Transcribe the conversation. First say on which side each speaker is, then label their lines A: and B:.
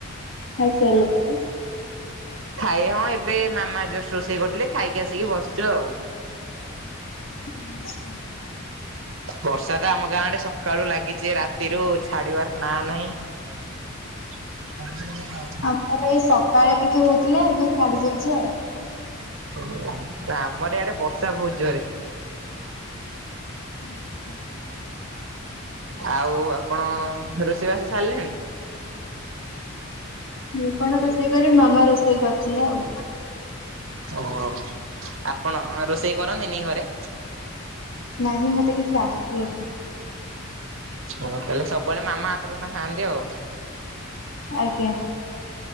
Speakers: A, on the left; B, on the right.
A: ଖାଇସାରିଲେଣି।
B: ଖଇବା ହଁ ଏବେ ମାମା ଜଷ୍ଟ ରୋଷେଇ କରିଥିଲେ ଖାଇକି ଆସିକି ବସିଛୁ ଆଉ।
A: <unintelligible>
B: ବର୍ଷା ତ ଆମ ଗାଁ ଆଡେ ସକାଳୁ ଲାଗିଚି ରା ତିରୁ ଛାଡିବାର ନା ନାହିଁ।
A: ଆ ଏଇ ସକାଳେ ଟିକେ ହଉଥିଲା ଏବେ ଛାଡି ଯାଇଛି ଆଉ।
B: <inaudible> ଆମର ଏଡେ ବର୍ଷା ବହୁତ ଜୋରେ।
A: ଆଚ୍ଛା।
B: ଆଉ ଆପଣ ରୋଷେଇ ବାସ ସାରିଲେଣି।
A: ମୁଁ କଣ ରୋଷେଇ କରିବିମାମା ରୋଷେଇ କରିଥିଲା ଆଉ।
B: ଓହୋ। ଆପଣ ରୋଷେଇ କରନ୍ତିନି ଘରେ।
A: ନାହିଁ ମତେ କିଛି ଆସିବନି।
B: ହଁ ତାହେଲେ ସବୁବେଳେ ମାମା ହାତର ଖାଆନ୍ତି ଆଉ।
A: ଆଜ୍ଞା।